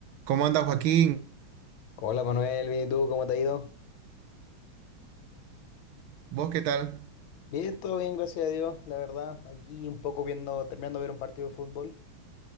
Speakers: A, on the right (about 80°); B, on the left (about 75°).
A: ¿Cómo anda Joaquín?
B: Hola Manuel, bien, ¿y tú? ¿Cómo te ha ido?
A: ¿Vos qué tal?
B: Bien, todo bien, gracias a Dios, la verdad. Aquí un poco viendo, terminando de ver un partido de fútbol.